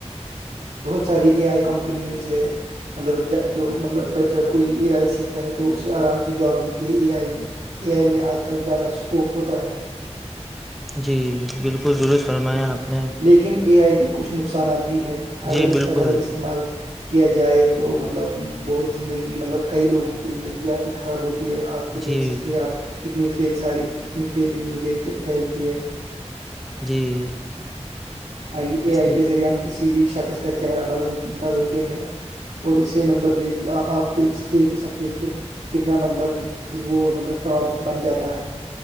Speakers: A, on the right; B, in the centre.
A: بہت ساری اے آئی کمپنیز ہے مطلب جو مطلب بچہ کوئی اے آئی سیکھتا ہے تو اس سے آرام سے جاب ملتی ہے اے آئی میں اے آئی میں آج کل زیادہ سکوپ ہوتا ہے
B: جی بالکل درز فرمایا
A: جی
B: آپ نے
A: لیکن اے آئی کے کچھ نقصانات بھی ہے اگر
B: جی
A: اس
B: بالکل
A: کا غلط اس استعمال کیا جائے تو مطلب بہت زندگی مطلب کئی لوگوں کی زندگی خراب ہوتی ہے آج کل دیکھ
B: جی
A: سکتے ہیں آپ کتنی فیک ساری کتنی فیک نیوز ایک پھیلتی ہے
B: جی
A: آئی اے
B: اس
A: آئی
B: لیے
A: کے ذریعہ ہم کسی بھی شخص کا چہرہ بدل بدلتے ہیں اور اسے مطلب دیکھ آپ دیک دیکھ ہی سکتے ہیں کہ کتنا مطلب پھر وہ مطلب فراڈ بن جاتا ہے